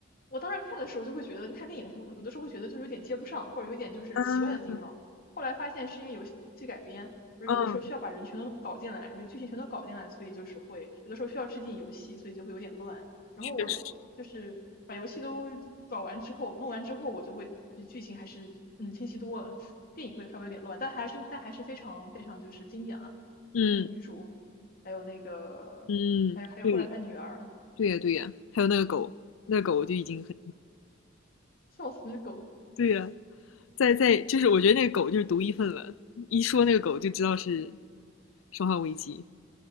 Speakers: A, on the left; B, on the left.
A: 我当时看的时候就会觉得，就看电影的时候，有的时候会觉得就是有点接不上，或者有点就是奇怪的地方。
B: 嗯
A: 后来发现是因为游戏改编，就是有的时候需要把人全都搞进来，
B: 嗯，
A: 然后剧情全都搞进来，所以就是会有的时候需要致敬游戏，所以就会有点乱。然后我就是把游戏都搞完之后，
B: 确实，
A: 弄完之后，我就会比剧情还是嗯清晰多了，电影会稍微有点乱，但还是但还是非常非常就是经典了，
B: 嗯
A: 就是女主，还有那个还有还有后来她女儿，
B: 嗯，对对呀对呀，还有那个狗，那个狗就已经很，
A: 笑死狗，
B: 对呀，在在就是我觉得那个狗就是独一份了，一说那个狗就知道是《生化危机》。